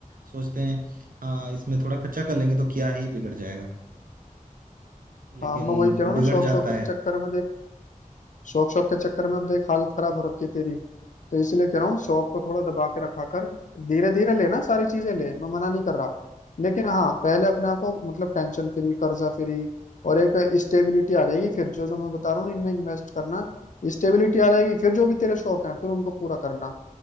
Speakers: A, on the right; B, on the left.
A: सोचते हैं हाँ इसमें थोड़ा खर्चा कर लेंगे तो क्या ही बिगड़ जाएगा लेकिन
B: हाँ मैं वही कह रहा हूँ
A: बिगड़
B: ना शौक
A: जाता
B: शौक के
A: है
B: चक्कर में देख शौक शौक के चक्कर में अब देख हालत खराब हो रखी है तेरी तो इसलिए कह रहा हूँ शौक को थोड़ा दबा के रखा कर धीरे धीरे लेना सारी चीजें ले मैं मना नहीं कर रहा लेकिन हाँ पहले अपने आप को मतलब टेंशन फ्री कर्जा फ्री और एक स्टेबिलिटी आ जाएगी फिर जो जो मैं बता रहा हूँ इनमें इन्वेस्ट करना स्टेबिलिटी आ जाएगी फिर जो भी तेरे शौक हैं फिर उनको पूरा करना